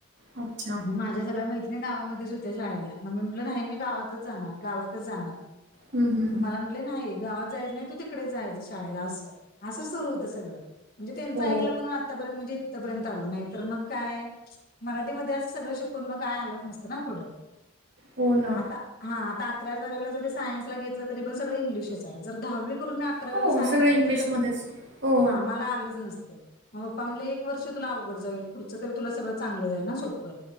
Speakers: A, on the right; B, on the left.
A: अच्छा.
B: मग माझ्या सगळ्या मैत्रिणी गावामध्येच होत्या शाळेला मग मी म्हटलं नाही मी गावातचं जाणार, गावातचं जाणार.
A: हम हम-
B: पप्पा म्हटले नाही गावात जायचं नाही. तू तिकडेच जायचं शाळेला असं, असं सुरू होतं सगळं. म्हणजे त्यांचं
A: हो
B: ऐकलं म्हणून आतापर्यंत म्हणजे इथपर्यंत आलो नाही तर मग काय. मराठीमध्ये असं सगळं शिकून मग काय आलंच नसतं ना पुढं.
A: हो ना
B: आता हा आता अकरावी, बारावीला जरी सायन्सला घेत- घेतलं तरी पण सग इंग्लिशच आहे जर दहावी करून अकरावीला
A: हो
B: सायन्सला
A: सगळं इंग्लिशमध्येच
B: घेतलं, तर
A: हो
B: हा आम्हाला आलंच नसतं. मग पप्पा म्हटलं एक वर्ष तुला अवघड जाईल, पुढच तरी तुला सगळं चांगलं जाईल ना सोपं.